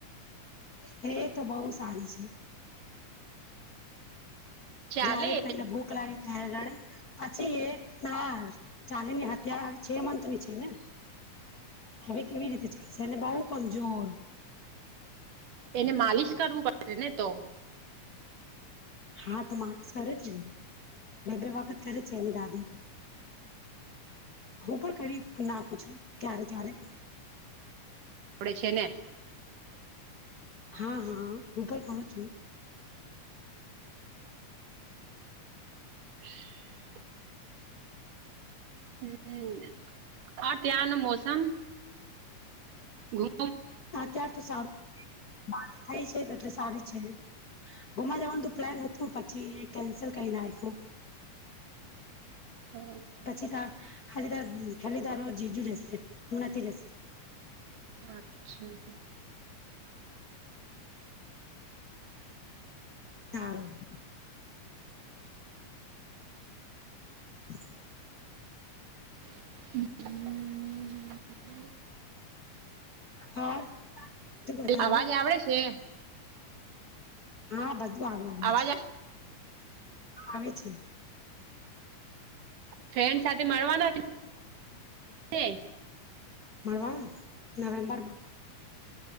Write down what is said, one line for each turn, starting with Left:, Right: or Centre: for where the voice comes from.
Left: હે તો બહુ સારી છે.
Right: ચાલે
Left: જયારે પણ એને ભોખ લાગે હ રાણી પછી એ ના ચાલીની હત્યા છે મથ ની છે ને. હવે કેવી રીતે ચાલશે અને બઉુ કમજોર.
Right: એને માલિશ કરવું પડશે ને તો.
Left: હા તો માલીશ કરે છે ને બે બે વખત કરે છે એની દાદી. હું પણ કરી નાખું છું ક્યારે ક્યારે.
Right: આપડે છે ને
Left: હા હા હું પણ કોરૂ છું.
Right: હ <inaudible> હમ આ ત્યાંનું મોસમ. હ <inaudible>
Left: ત્યાર તો સારું વાત થાય છે એટલે સારી છે. ગુમા જવાનું તો પ્લાન હતું પછી એ કેન્સલ કરી નાખ્યું.
Right: હમ.
Left: પછી તાર ખાલી તાર ખાલી તારો જીજું જશે હું નથી જશે.
Right: અચ્છા.
Left: સાારું. હ <inaudible>
Right: હમ.
Left: હ તું બતાવ
Right: અવાજ આવડે છે
Left: હા વાગ આવે
Right: અવાજ
Left: છે. આવે છે.
Right: ફ્રેન્ડ સાથે મળવાના તે-
Left: મળવાનું નવેમ્બર માં.